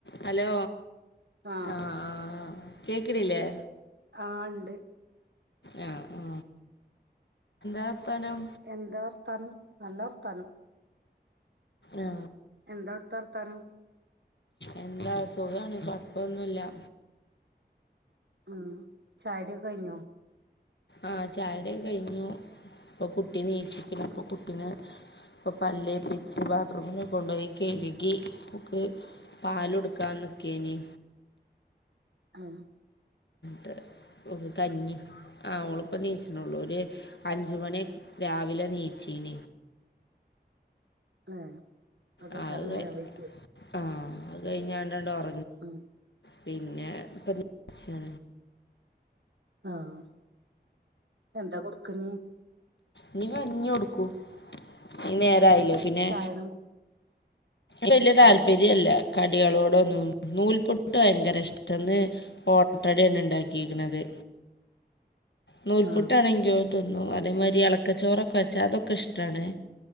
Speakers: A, on the left; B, on the right.
A: ഹലോ
B: ആ
A: ആഹ കേക്കണില്ലേ
B: ആണ്ട്
A: ആ ആ എന്താ വർത്താനം
B: എന്താ വർത്താനം നല്ല വർത്താനം
A: ആ
B: എന്താവടത്തെ നം
A: എന്താ സുഖമാണ് കുഴപ്പൊന്നുമല്ല
B: ഉം ചായ കുടിയക്കെ കഴിഞ്ഞോ
A: ആഹ ചായ കുടിയൊക്കെ കഴിഞ്ഞു ഇപ്പൊ കുട്ടി നീച്ചിക്കണ്
B: ഉം,
A: പ്പൊ കുട്ടീ ഇപ്പൾ പല്ല് തേപിച്ച് ബാത്റൂമിൽ കൊണ്ടുപോയി കഴുകി ഒക്ക് പാല കൊടുക്കാന്ന് നി
B: ആഹ
A: ത ഓക്ക് കഞ്ഞി ആ ഒളിപ്പം നീച്ചിണള്ളൂ ഒരു അഞ്ച മണി രാവിലെ നീച്ചീന
B: ആ അത
A: ആ
B: കറേ
A: അത്
B: നേരംവയ്കി
A: ആ അത് കഴിഞ്ഞ <inaudible>
B: ആഹ
A: പിന്നെ <inaudible>
B: ആഹ എന്താ കൊടുക്ക്ന്നേ
A: നനികഞ്ഞി കൊടുക്കും ഇ നേരായില്ലോ പിന്നെ
B: ചായ ഒന്നും
A: വല്യ താല്പര്യല്ല
B: ഉം,
A: കടികളോട ഒന്നും നൂൽപുട്ടാ ഭയങ്കര ഇഷ്ടന്ന് ഓട്ടടാണ് ഉണ്ടാക്കിയിരിക്കണുന്നത് നൂൽപുട്ടാണെങ്കി
B: ഉം,
A: അതേരി ഇളക്കച്ചോറൊക്കെ വെച്ച അതൊക്കെ ഇഷ്ട്ടാണ്